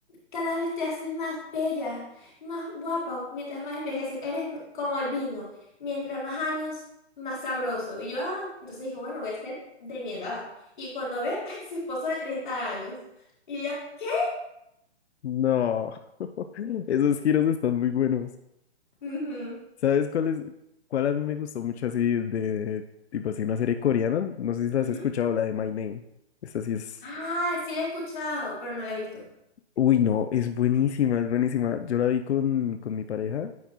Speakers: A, on the left; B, on the left.
A: cada vez te haces más bella, más guapa, mientras más envejeces, eres como el vino, mientras más años, más sabroso. Y yo, ah, entonces dijo, bueno, voy a ser de mi edad. Y cuando ve, ay, su esposo de 30 años. Y ella, ¿qué?
B: No, <laughs> esos giros están muy buenos.
A: Ujú,
B: ¿Sabes cuál es, cuál a mí me gustó mucho así de, tipo así, una serie coreana? No sé si la
A: ujú.
B: has escuchado, la de My Name. Esta sí es...
A: Ah, sí la he escuchado, pero no la he visto.
B: Uy, no, es buenísima, es buenísima. Yo la vi con, con mi pareja